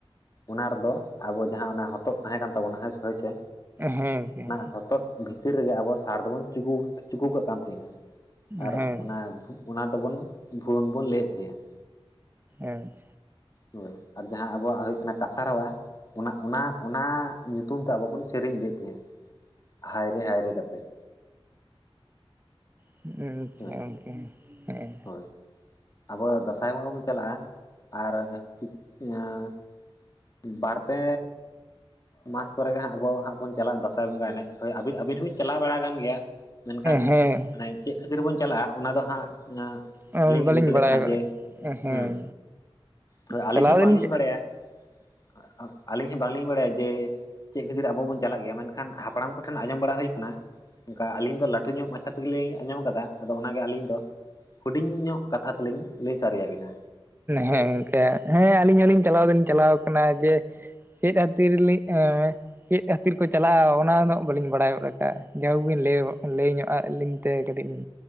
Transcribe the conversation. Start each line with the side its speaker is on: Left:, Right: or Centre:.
Left: ᱚᱱᱟ ᱨᱮᱫᱚ ᱟᱵᱚ ᱡᱟᱦᱟᱸ ᱦᱚᱛᱚᱫ ᱛᱟᱦᱮᱸ ᱠᱟᱱ ᱛᱟᱵᱚᱱᱟ ᱦᱮᱸ ᱥᱮ ᱦᱳᱭ ᱥᱮ
Right: ᱦᱮᱸ ᱦᱮᱸ
Left: ᱚᱱᱟ ᱦᱚᱛᱚᱫ ᱵᱷᱤᱛᱤᱨ ᱨᱮᱜᱮ ᱟᱵᱚ ᱥᱟᱨ ᱫᱚᱵᱚᱱ ᱪᱩᱠᱩ ᱪᱩᱠᱩ ᱠᱟᱜ ᱠᱟᱱ ᱛᱟᱦᱮᱼᱟ᱾ ᱟᱨ
Right: ᱟᱪᱪᱷᱟ ᱦᱮᱸ
Left: ᱚᱱᱟ ᱚᱱᱟ ᱛᱮᱵᱚᱱ ᱵᱷᱩᱣᱟᱹᱝ ᱵᱚᱱ ᱞᱟᱹᱭᱮᱫ ᱛᱟᱦᱮᱸᱫᱼᱟ᱾
Right: ᱮᱸᱪ
Left: ᱦᱳᱭ ᱟᱨ ᱡᱟᱦᱟᱸ ᱟᱵᱚᱣᱟᱜ ᱦᱳᱭᱳᱜ ᱠᱟᱱᱟ ᱠᱟᱥᱟ ᱨᱟᱣᱟ ᱚᱱᱟ ᱚᱱᱟ ᱚᱱᱟ ᱛᱩᱢ ᱛᱮ ᱟᱵᱚ ᱵᱚᱱ ᱥᱮᱨᱮᱧ ᱤᱫᱤᱭᱮᱫ ᱛᱟᱦᱮᱸᱜᱼᱟ ᱦᱟᱭᱨᱮ ᱦᱟᱭᱨᱮ ᱠᱟᱛᱮᱜ
Right: ᱦᱩᱸ ᱟᱪᱪᱷᱟ
Left: ᱦᱳᱭ
Right: ᱜᱚᱝᱠᱮ ᱦᱮᱸᱻ
Left: ᱦᱳᱭ ᱟᱵᱚ ᱫᱟᱸᱥᱟᱭ ᱵᱚᱸᱜᱟ ᱵᱚᱱ ᱪᱟᱞᱟᱜᱼᱟ ᱟᱨ <unintelligible> ᱵᱟᱨ ᱯᱮ ᱢᱟᱥ‌ ᱯᱚᱨᱮ ᱜᱮ ᱦᱟᱸᱜ ᱟᱵᱚ ᱦᱟᱸᱜ ᱵᱚᱱ ᱪᱟᱞᱟᱜ-ᱟ ᱫᱟᱥᱟᱭ ᱵᱚᱸᱜᱟ ᱮᱱᱮᱡ ᱦᱳᱭ ᱟᱹᱵᱤ ᱟᱹᱵᱤᱱ ᱦᱚᱸ ᱵᱤᱱ ᱪᱟᱞᱟᱣ ᱵᱟᱲᱟ ᱟᱠᱟᱱ ᱜᱮᱭᱟ᱾ ᱢᱮᱱᱠᱷᱟᱱ
Right: ᱦᱮᱸ
Left: ᱢᱟᱱᱮ ᱪᱮᱫ ᱠᱷᱟᱹᱛᱤᱨ ᱵᱚᱱ ᱪᱟᱞᱟᱜᱼᱟ ᱚᱱᱟ ᱫᱚ ᱦᱟᱜ
Right: ᱦᱮᱸ
Left: ᱟᱹᱞᱤᱧ
Right: ᱵᱟᱹᱞᱤᱧ
Left: ᱞᱤᱧ ᱵᱩᱡᱽ ᱫᱟᱲᱮᱜ
Right: ᱵᱟᱲᱟᱭ
Left: ᱠᱟᱱᱟ
Right: ᱜᱚᱫ
Left: ᱡᱮ
Right: ᱦᱮᱸ
Left: ᱦᱩᱸ ᱛᱚ ᱟᱹᱞᱤᱧ
Right: ᱪᱟᱞᱟᱣ
Left: ᱦᱚᱸ
Right: ᱫᱚᱞᱤᱧ
Left: ᱵᱟᱝ ᱞᱤᱧ ᱵᱟᱲᱟᱭᱟ <unintelligible> ᱟᱹᱞᱤᱧ ᱦᱚᱸ ᱵᱟᱝ ᱞᱤᱧ ᱵᱟᱲᱟᱭᱟ ᱡᱮ ᱪᱮᱫ ᱠᱷᱟᱹᱛᱤᱨ ᱟᱵᱚ ᱵᱚᱱ ᱪᱟᱞᱟᱜ ᱜᱮᱭᱟ ᱢᱮᱱᱠᱷᱟᱱ ᱦᱟᱯᱲᱟᱢ ᱠᱚᱴᱷᱮᱱ ᱟᱸᱡᱚᱢ ᱵᱟᱲᱟ ᱦᱩᱭ ᱟᱠᱟᱱᱟ ᱚᱱᱠᱟ ᱟᱹᱞᱤᱧ ᱫᱚ ᱞᱟᱹᱴᱩ ᱧᱚᱜ ᱢᱟᱪᱷᱟ ᱛᱮᱜᱮ ᱞᱤᱧ ᱟᱸᱡᱚᱢ ᱟᱠᱟᱫᱟ ᱟᱫᱚ ᱚᱱᱟᱜᱮ ᱟᱹᱞᱤᱧ ᱫᱚ ᱦᱩᱰᱤᱧ ᱧᱚᱜ ᱠᱟᱛᱷᱟ ᱛᱮᱞᱤᱧ ᱞᱟᱹᱭ ᱥᱟᱹᱨᱤᱭᱟᱹᱵᱤᱱᱟ
Right: ᱦᱮᱸ ᱤᱱᱠᱟᱹ ᱦᱮᱸ ᱟᱹᱞᱤᱧ ᱦᱚᱞᱤᱧ ᱪᱟᱞᱟᱣ ᱫᱚᱞᱤᱧ ᱪᱟᱞᱟᱣ ᱟᱠᱟᱱᱟ ᱡᱮ ᱪᱮᱫ ᱠᱷᱟᱹᱛᱤᱨ ᱞᱤᱼᱼ <unintelligible> ᱪᱮᱫ ᱠᱷᱟᱹᱛᱤᱨ ᱠᱚ ᱪᱟᱞᱟᱜᱼᱟ ᱚᱱᱟ ᱫᱚ ᱦᱟᱸᱜ ᱵᱟᱹᱞᱤᱧ ᱵᱟᱲᱟᱭ ᱜᱚᱫ ᱟᱠᱟᱫᱼᱟ <unintelligible> ᱵᱤᱱ ᱞᱟᱹᱭ ᱞᱟᱹᱭ ᱧᱚᱜ ᱟᱹᱞᱤ ᱛᱮ ᱠᱟᱹᱴᱤᱡ ᱤᱧ